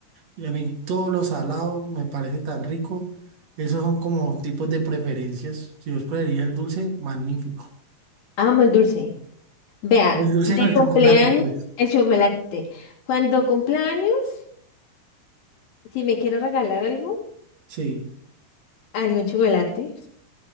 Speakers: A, on the right; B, on the left.
A: y a mí todo lo salado me parece tan rico, esos son como tipos de preferencias. Si vos preferís el dulce, magnífico.
B: amo el dulce. Vea,
A: El dulce
B: de
A: no, el
B: cumpleaños,
A: chocolate, pues.
B: el chocolate. Cuando cumpleaños, si me quiere regalar algo,
A: Sí.
B: algún chocolate.